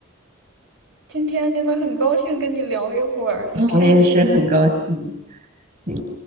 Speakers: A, on the right (about 70°); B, on the right (about 40°).
A: 今天真的很高兴跟你聊一会儿，很开心。
B: 啊我也是很高兴。嗯